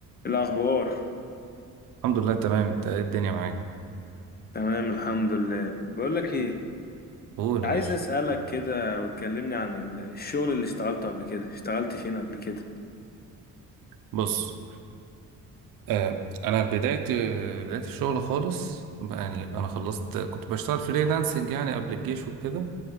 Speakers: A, on the left; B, on the right.
A: إيه الأخبار
B: الحمد لله تمام انت ايه الدنيا معاك
A: تمام الحمد لله بقول لك إيه
B: قول
A: عايز
B: يا باشا
A: أسألك كده وتكلمني عن ال- الشغل اللي اشتغلته قبل كده اشتغلت فين قبل كده
B: بص آه انا بدايه بدايه الشغل خالص بقى يعني انا خلصت كنت بشتغل فريلانسنج يعني قبل الجيش وكده